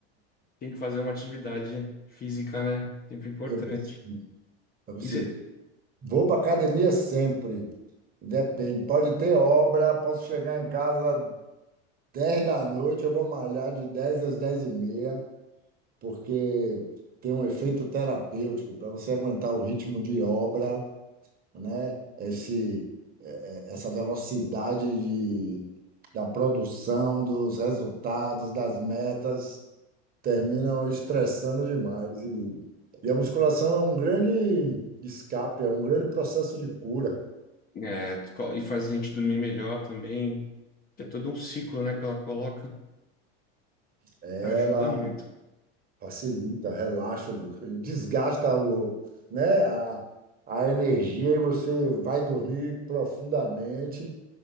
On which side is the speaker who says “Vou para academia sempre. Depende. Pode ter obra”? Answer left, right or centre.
Right